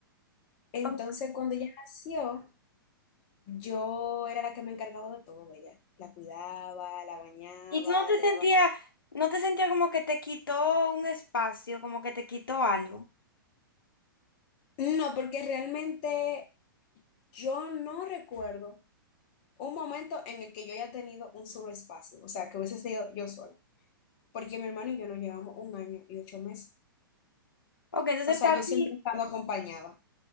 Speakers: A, on the left; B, on the left.
A: Entonces,
B: Ok.
A: cuando ella nació, yo era la que me encargaba de todo de ella. La cuidaba, la bañaba,
B: Y tú no te
A: le
B: sentías,
A: daba...
B: no te sentías como que te quitó un espacio, como que te quitó algo.
A: No, porque realmente yo no recuerdo un momento en el que yo haya tenido un solo espacio, o sea, que hubiese sido yo sola, porque mi hermano y yo nos llevamos un año y ocho meses.
B: Ok, entonces
A: O sea,
B: para
A: yo siempre
B: ti.
A: he estado acompañada.